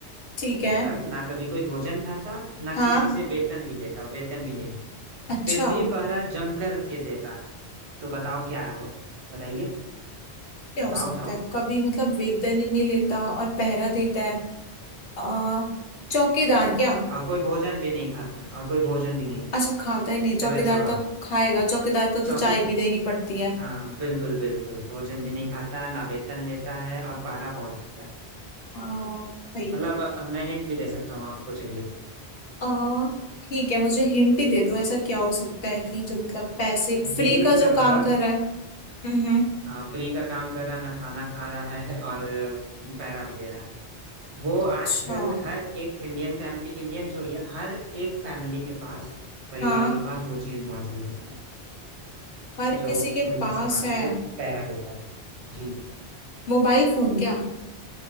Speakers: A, on the left; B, on the right.
A: ठीक है
B: मतलब ना कभी कोई भोजन खाता ना
A: हाँ
B: किसी से वेतन भी लेता वेतन भी नहीं लेता
A: अच्छा
B: फिर भी पहरा जम कर के देता तो बताओ क्या है वो बताइए
A: क्या
B: बताओ
A: हो सकता
B: बताओ
A: है कभी मतलब वेतन ही नहीं लेता और पहरा देता है आ, चौकीदार क्या
B: और कोई भोजन भी नहीं खाता और कोई भोजन भी नहीं खाता
A: अच्छा खाता ही नहीं चौकीदार
B: गलत जवाब
A: तो खाएगा चौकीदार को
B: चौकी
A: तो चाय भी देनी पड़ती है
B: हाँ बिल्कुल बिल्कुल भोजन भी नहीं खाता है ना वेतन लेता है और पहरा बहुत देता है
A: आ, भाई
B: मतलब मैं हिंट भी दे सकता हूँ आपको चाहिए तो
A: आ, ठीक है मुझे हिंट ही दे दो ऐसा क्या हो सकता है कि जो मतलब पैसे फ्री
B: ये
A: का
B: लगभग
A: जो काम कर रहा है हम्म हम्म,
B: हाँ फ्री का काम कर रहा है ना खाना खा रहा है और अ, पैरा भी दे रहा है वो
A: अच्छा
B: आजकल हर एक इंडियन फैमिली इंडियन छोड़िए हर एक फैमिली के पास परिवार
A: हाँ
B: के पास वो चीज मौजूद है
A: हर
B: जो
A: किसी के
B: उनके
A: पास
B: सामानों
A: है
B: पे पैरा देता है जी
A: मोबाइल फोन क्या